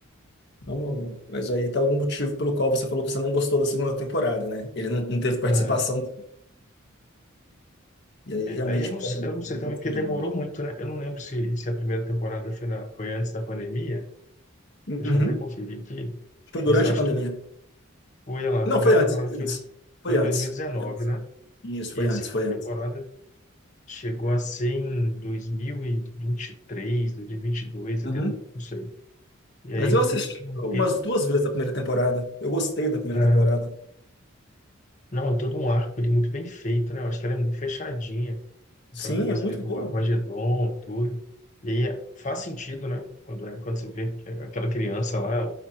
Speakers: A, on the left; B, on the left.
A: Então, mas aí tá algum motivo pelo qual você falou que você não gostou da segunda temporada, né? Ele não, não teve participação,
B: Ah,
A: e aí
B: É,
A: realmente
B: e- aí eu não, sei-
A: perde um
B: eu
A: pouco
B: não sei
A: da
B: também,
A: profundidade.
B: porque demorou muito, né? Eu não lembro se, se a primeira temporada foi, na- foi antes da pandemia.
A: Uhum.
B: Deixa eu até conferir aqui.
A: Foi
B: Mas
A: durante
B: eu acho
A: a pandemia.
B: que foi, olha lá,
A: Não,
B: a primeira
A: foi antes,
B: temporada
A: foi
B: foi,
A: antes. Foi
B: foi em
A: antes.
B: 2019,
A: Foi antes.
B: né?
A: Isso,
B: E
A: foi
B: a
A: antes,
B: segunda
A: foi antes.
B: temporada chegou a ser em 2023, 2022,
A: Uhum.
B: até, não sei. E aí,
A: Mas
B: um,
A: eu assisti
B: um
A: umas
B: tempo,
A: duas vezes a primeira temporada. Eu gostei da primeira
B: ah,
A: temporada.
B: Não, é todo um arco ali muito bem feito, né? Eu acho que ela é muito fechadinha,
A: Sim,
B: aquela coisa
A: é muito
B: ali do
A: bom.
B: Armagedon, tudo. E aí é- faz sentido, né? Quando, é, quando você vê aquela criança lá, a